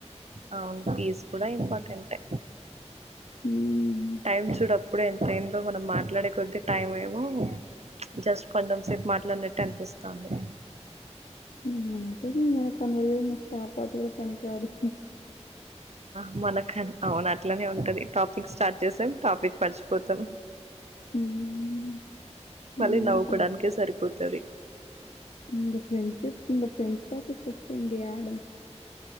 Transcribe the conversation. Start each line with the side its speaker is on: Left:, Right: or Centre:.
Right: అవును పీస్ కూడా ఇంపాటెంటే
Left: హ్మ్.
Right: టైం చూడప్పుడే ఎ బ్రెయిన్ లో మనం మాట్లాడే కొద్ద్దీ టైం ఏమే జస్ట్ కొంచం సేపు మాట్లాడినట్టే అన్పిస్తవుంది.
Left: ఊమ్ అంతేనే మన కన్వర్జేషన్ స్టాట్ అవుతే పనికి కాదు
Right: ఆ మనకు అవును అట్లనే ఉంటది టాపిక్ స్టాట్ జ్సేం టాపిక్ మర్చిపోతాం
Left: హ్మ్. హ్మ్.
Right: మళ్ళీ నవ్వుకోడానికే
Left: ఇంకా
Right: సరిపోతది
Left: ఇంగ ఫ్రెండ్షిప్ ఇంగ ఫ్రెండ్స్ టాపిక్ వస్తే ఇంగ యాడ